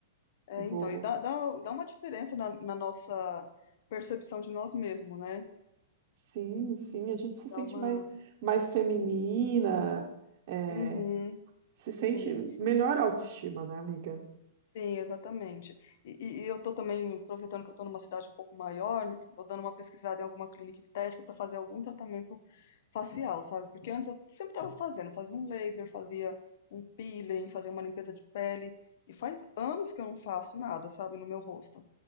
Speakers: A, on the left; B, on the right.
A: é,
B: Vou.
A: então, e dá, dá, dá uma diferença na, na nossa percepção de nós mesmos, né?
B: Sim, sim, a gente se sente
A: Dá uma...
B: mais, mais feminina, eh,
A: Uhum,
B: se
A: sim.
B: sente melhor autoestima, né, amiga?
A: Sim, exatamente. E, e- e eu tô também aproveitando que eu tô numa cidade um pouco maior, e tô dando uma pesquisada em alguma clínica estética para fazer algum tratamento facial, sabe? Porque antes eu sempre tava fazendo, fazia um laser, fazia um peeling, fazia uma limpeza de pele, e faz anos que eu não faço nada, sabe, no meu rosto.